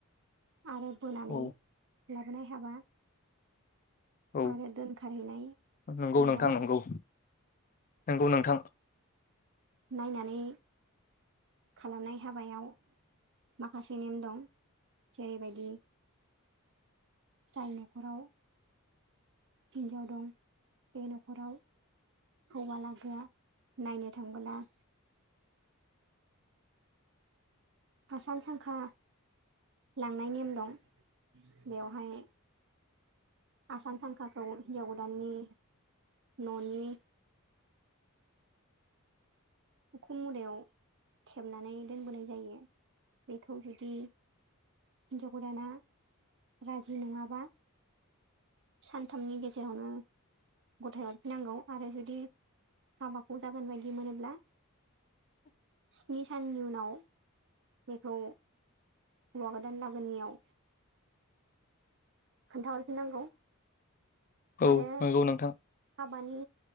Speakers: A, on the right; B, on the left.
A: आरो बोनानै
B: औ
A: लाबोनाय हाबा
B: औ
A: आरो दोनखारहैनाय
B: नंगौ
A: हाबा
B: नोंथां नंगौ नंगौ नोंथां
A: नायनानै खालामनाय हाबायाव माखासे नेम दं जेरैबायदि जाय न'खराव हिनजाव दं बे न'खराव हौवा लागोआ नायनो थांबोला आसान सांखा लांनाय नेम दं बेवहाय आसान सांखाखौ हिन्जाव गोदाननि न'नि
B: <inaudible>
A: उखुम मुदायाव थेबनानै दोनबोनाय जायो बेखौ जुदि हिजाव गोदाना राजि नङाबा सानथामनि गेजेरावनो गथाय हरफिननांगौ आरो जुदि हाबाखौ जागोन बायदि मोनोब्ला
B: <inaudible>
A: स्नि साननि उनाव बेखौ हौवा गोदान लागोनिआव खोन्था हरफिन नांगौ।
B: औ
A: आरो
B: नंगौ नोंथां
A: हाबानि